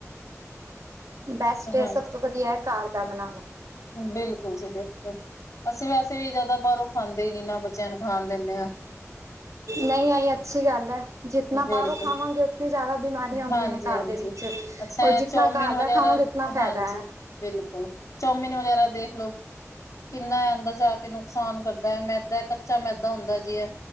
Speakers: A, on the right; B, on the left.
A: ਹਾਂ, ਬੈਸਟ ਏ,
B: ਹਾਂਜੀ
A: ਸਬ ਤੋਂ ਵਦੀਆ ਏ ਘਰ ਦਾ ਬਣਾਣਾ।
B: ਬਿਲਕੁਲ ਜੀ ਬਿਲਕੁਲ। ਅਸੀਂ ਵੈਸੇ ਵੀ ਜੈਦਾ ਬਾਹਰੋਂ ਖਾਂਦੇ ਈ ਨੀ ਨਾ ਬੱਚਿਆਂ ਨੂੰ ਖਾਣ ਦੇਨੇ ਆ।
A: ਨਈ ਆਈ ਅੱਛੀ ਗੱਲ ਐ। ਜਿਤਨਾ
B: ਬਿਲਕੁਲ
A: ਬਾਰੋਂ ਖਾਵਾਂਗੇ ਉਤਨੀ ਜੈਦਾ ਬਿਮਾਰੀਆਂ ਹੁੰਦੀਆਂ
B: ਹਾਂਜੀ
A: ਨੇ ਘਰ
B: ਹਾਂਜੀ
A: ਦੇ ਵਿੱਚ,
B: ਅੱਛਾ
A: ਓਰ ਜਿਤਨਾ
B: ਚੌਮਿਨ
A: ਘਰ ਦਾ
B: ਵਗੈਰਾ
A: ਖਾਵਾਂਗੇ ਕਿਤਨਾ
B: ਹਾਂਜੀ
A: ਫੈਦਾ ਐ।
B: ਬਿਲਕੁਲ, ਚੌਮਿਨ ਵਗੈਰਾ ਦੇਖਲੋ ਕਿੰਨਾ ਐ ਅੰਦਰ ਜਾ ਕੇ ਨੁਕਸਾਨ ਕਰਦਾ ਐ, ਮੈਦਾ, ਕੱਚਾ ਮੈਦਾ ਹੁੰਦਾ ਜੇ ਇਹ।